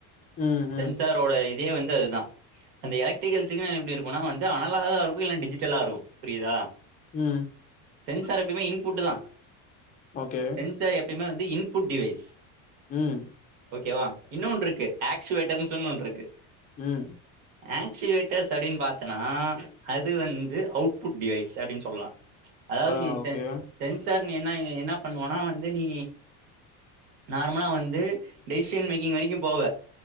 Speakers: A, on the left; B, on the right.
A: ம் ம்
B: சென்சாரோட
A: ம்
B: இதே வந்து அதுதா அந்த எலக்ட்ரிக்கல் சிக்னல் எப்டி இருக்குனா வந்து அனலாகா இருக்கு இல்ல டிஜிட்டலா இருக்கு புரியிதா
A: ம்
B: சென்சார் எப்பயுமே இன்புட்டு தா
A: ஓகே
B: சென்சார் எப்பயுமே வந்து இன்புட் டிவைஸ்
A: ம்
B: ஓகேவா இன்னோன்ருக்கு ஆக்ஸுவேட்டர்னு சொன் ஒன்ருக்கு
A: ம்
B: ஆக்ஸிவேட்டர்ஸ் அப்டின் பாத்தனா அது வந்து அவுட்புட் டிவைஸ் அப்டின் சொல்லா அதாவ்து
A: அதான்
B: நீ ட்ட
A: ஓகே.
B: சென்சார் நீ வேண்னா நீ என்னா பண்ணுவனா வந்து நீ நார்மலா வந்து டெய்ஷன் மேக்கிங் வரைக்கு போவ